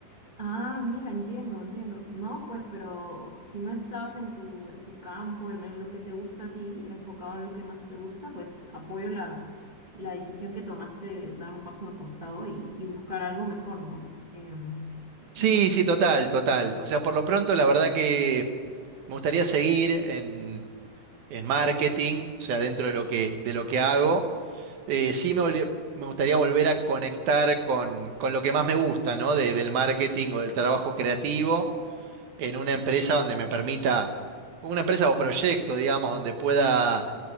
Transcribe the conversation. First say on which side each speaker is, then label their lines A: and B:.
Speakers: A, on the right; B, on the right.
A: Ah, mira, entiendo, entiendo. No, pues, pero si no estabas en tu, en tu campo, en, en lo que te gusta a ti, enfocado en lo que más te gusta, pues apoyo la, la decisión que tomaste de dar un paso al costado y, y buscar algo mejor, ¿no? Em,
B: Sí,
A: mira.
B: sí, total, total. O sea, por lo pronto, la verdad que me gustaría seguir en en marketing, o sea, dentro de lo que, de lo que hago. Eh, sí me, volvi- me gustaría volver a conectar con, con lo que más me gusta, ¿no? De- del marketing o del trabajo creativo en una empresa donde me permita, una empresa o proyecto, digamos, donde pueda